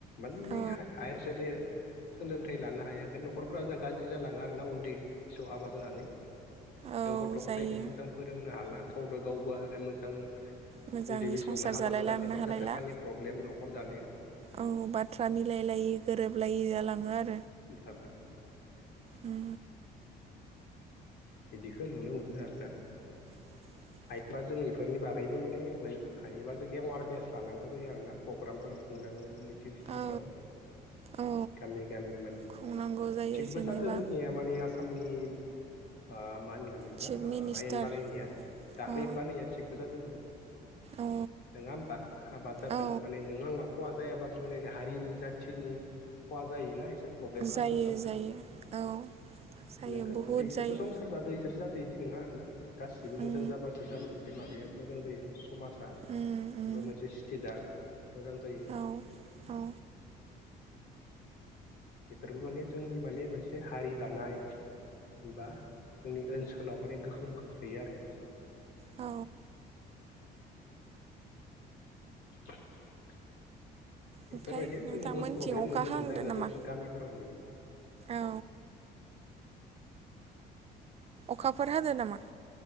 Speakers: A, on the left; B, on the right.
A: मानलि
B: औ
A: हा हायार <unintelligible> सोलोंथाइ लानो हाया ओंखायनो न'खरफोरा जोंना गाज्रि जालाङो आरोना उन्दै फैसोआव हाबा जानानै
B: औ
A: जों गथ' गथायखौ
B: जायो
A: मोजां फोरोंनो हाला गावनो गावबो आरो मोजां
B: मोजाङै
A: उन्दै बैसोआवनो
B: संसार
A: हाबा
B: जालाय
A: जानानै
B: लांनो
A: फैसा
B: हालायला
A: थाखानि प्रब्लेम न'खर दानायाव
B: औ बाथ्रा मिलायलायै गोरोबलायै जालाङो आ
A: <unintelligible>
B: उम
A: बिदिखौ नुनो मोनो आरोना
B: <inaudible>
A: हायोबा जों इफोरनि बागैबो माने हायोबा जों एवारनेस लानांगौ जायो आरो ना प्रग्रामफोर मिथिं सिथिंफोराव
B: औ औ
A: गामि गामि
B: खुंनांगौ जायो
A: थिगबो
B: जेनेबा
A: जादों जोंनिया माने आसामनि ओ मान जेनेखा
B: चिफ
A: आं
B: मिनिस्टार
A: आयेन बानायनाया दाख्लै
B: औ
A: बानाया थिगबो जादोंमोन
B: औ
A: नङा होमबा हाबा जागोन
B: औ
A: माने नों आङा खहा जायाबाबो माने हारिनि जाथिनि खहा जायोना इसोर प्रब्लेम खालामो
B: जायो
A: नङा होमबा
B: जायो औ जायो
A: नोंगो
B: बहुद
A: नाथाय बिसोरसो
B: जायो
A: संसार जादो बिसोर बिदि नङा आरोना गासिबो
B: उम
A: मोजां जाबासो <unintelligible> माबाया मोजां जायो समाजा
B: उम उम
A: एबा मोनसे स्टेटआ मोजां जायो।
B: औ औ ओ
A: बेफोरबो माने जोंनि माने मोनसे हारि दानाय बा जोंनि ओनसोलाव माने गोहोम खोख्लैयो आरो
B: औ
A: <unintelligible> बेफोरबायदि
B: ओमफ्राय नोंथांमोनथिं
A: जों बहुद प्रब्लेम
B: अखा
A: नुनो
B: हांदो
A: मोनदों आरोना
B: नामा
A: जोंथ' गामिफोराव नुयो।
B: औ। अखाफोर हादों नामा?